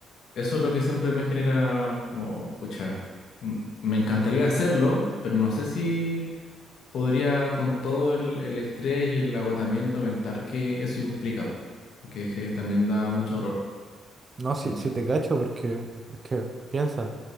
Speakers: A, on the left; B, on the right.
A: eso es lo que siempre me genera como, pucha, m- me encantaría hacerlo, pero no sé si podría con todo el, el estrés y el agotamiento mental que eso implica, porque que también da mucho horror,
B: No, si,
A: no sé.
B: si te cacho, porque es que piensa,